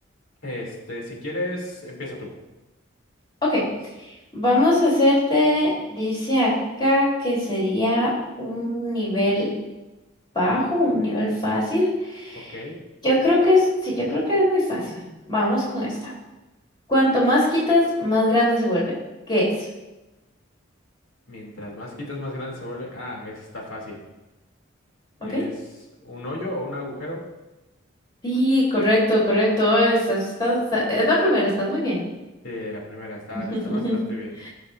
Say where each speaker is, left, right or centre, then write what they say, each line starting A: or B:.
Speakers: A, on the left; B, on the left.
A: Este, si quieres, empieza tú.
B: Ok, vamos a hacerte, dice acá que sería un nivel bajo, un nivel fácil.
A: Ok.
B: Yo creo que es, sí, yo creo que es muy fácil. Vamos con esta. Cuanto más quitas, más grande se vuelve. ¿Qué es?
A: Mientras más quitas, más grande se vuelve. Ah, esa está fácil. Es
B: ¿Ok?
A: un hoyo o un agujero.
B: Sí, correcto, correcto. Estás, estás- está- es la primera, estás muy bien.
A: Sí, la primera está,
B: <laughs>
A: está bastante bien.